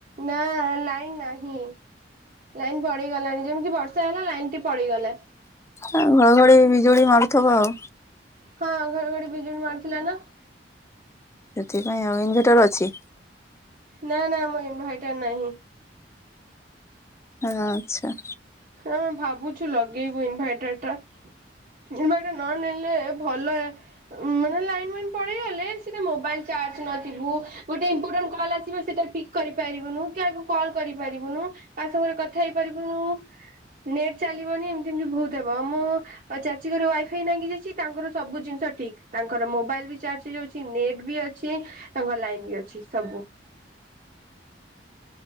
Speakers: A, on the right (about 40°); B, on the left (about 15°).
A: ନନାଁ ଲାଇନ ନାହିଁ। ଲାଇନ ପଡିଗଲାଣି ଯେମିତି ବର୍ଷା ହେଲା ଲାଇନ ଟି ପଳେଇ ଗଲା।
B: ଆଉ ଘର ଘଡି ବିଜୁଳି ମାରୁଥବ ଆଉ।
A: ହଁ ଘଡ଼ଘଡ଼ି ବିଜୁଳି ମାରିଥିଲା ନା।
B: ସେଥିପାଇଁ ଆଉ ଇନଭଟର ଅଛି।
A: ନାଁ ନାଁ ମୋ ଇନଭାଇଟର ନାହିଁ।
B: ହଁ ଆଚ୍ଛା।
A: ଆମେ ଭାବୁଛୁ ଲଗେଇବୁ ଇନଭାଇଟର ଟା। ଇନଭାଇଟ ନ ନେଲେ ଭଲ ଉଁ। ଲାଇନ୍ ମାଇନ ପଳେଇ ଗଲେ ସେଟା ମୋବାଇଲ୍ ଚାର୍ଜ ନଥିବୁ ଗୋଟେ ଇମ୍ପୋଟାଣ୍ଟ କଲ ଆସିବ ସେଟା ପିକ କରି ପାରିବୁନୁ କି କାହାକୁ କଲ୍ କରିପାରିବୁନୁ କାହା ସାଙ୍ଗରେ କଥା ହେଇପାରିବୁନୁ।
B: ହ
A: ନେଟ୍ ଚାଲିବନି ଏମତି ଏମତି ବହୁତ ହବ ଆମ ଚାଚୀ ଘର ୱାଇଫାଇ ନାଗି ଯାଇଛି ତାଙ୍କର ସବୁ ଜିନିଷ ଠିକ ତାଙ୍କର ମୋବାଇଲ ବି ଚାର୍ଜ ହେଇଯାଉଛି ନେଟ୍ ବି ଅଛି ତାଙ୍କର ଲାଇନ ବି ଅଛି ସବୁ